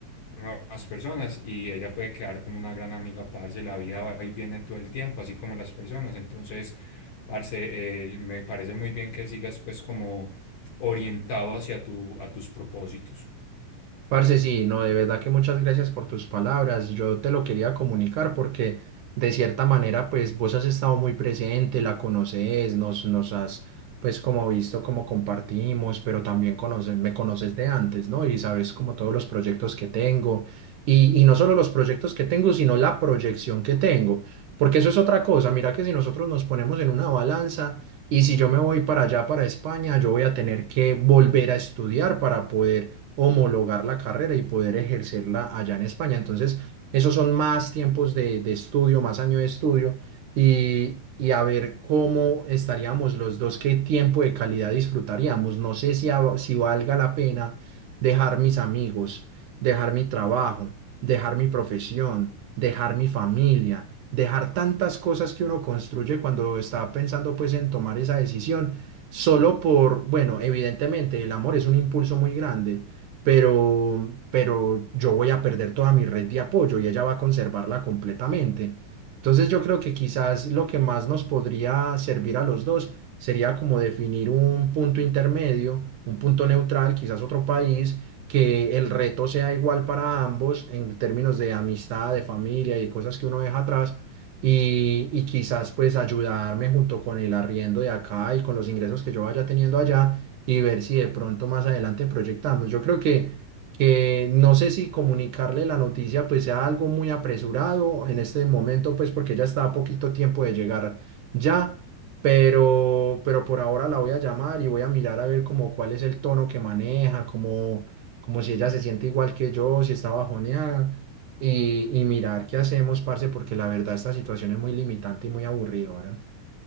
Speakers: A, on the left; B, on the right.
A: nuevas personas y ella puede quedar como una gran amiga, parce, la vida va y viene todo el tiempo, así como las personas. Entonces, parce, eh, me parece muy bien que sigas pues como orientado hacia tu, a tus propósitos.
B: Parce, sí, no, de verdad que muchas gracias por tus palabras. Yo te lo quería comunicar porque de cierta manera, pues vos has estado muy presente, la conoces, nos, nos has, pues como visto, como compartimos, pero también conoces, me conoces de antes, ¿no? Y sabes como todos los proyectos que tengo. Y, y no solo los proyectos que tengo, sino la proyección que tengo. Porque eso es otra cosa. Mira que si nosotros nos ponemos en una balanza... Y si yo me voy para allá, para España, yo voy a tener que volver a estudiar para poder homologar la carrera y poder ejercerla allá en España. Entonces, esos son más tiempos de, de estudio, más año de estudio y, y a ver cómo estaríamos los dos, qué tiempo de calidad disfrutaríamos. No sé si, a- si valga la pena dejar mis amigos, dejar mi trabajo, dejar mi profesión, dejar mi familia. dejar tantas cosas que uno construye cuando está pensando pues en tomar esa decisión, solo por, bueno, evidentemente el amor es un impulso muy grande, pero, pero yo voy a perder toda mi red de apoyo y ella va a conservarla completamente. Entonces yo creo que quizás lo que más nos podría servir a los dos sería como definir un punto intermedio, un punto neutral, quizás otro país, que el reto sea igual para ambos en términos de amistad, de familia y cosas que uno deja atrás. Y, y quizás pues ayudarme junto con el arriendo de acá y con los ingresos que yo vaya teniendo allá y ver si de pronto más adelante proyectamos. Yo creo que, que no sé si comunicarle la noticia pues sea algo muy apresurado en este momento, pues porque ella está a poquito tiempo de llegar ya, pero, pero por ahora la voy a llamar y voy a mirar a ver como cuál es el tono que maneja, como, como si ella se siente igual que yo, si está bajoneada. Y, y mirar qué hacemos, parce, porque la verdad esta situación es muy limitante y muy aburridora.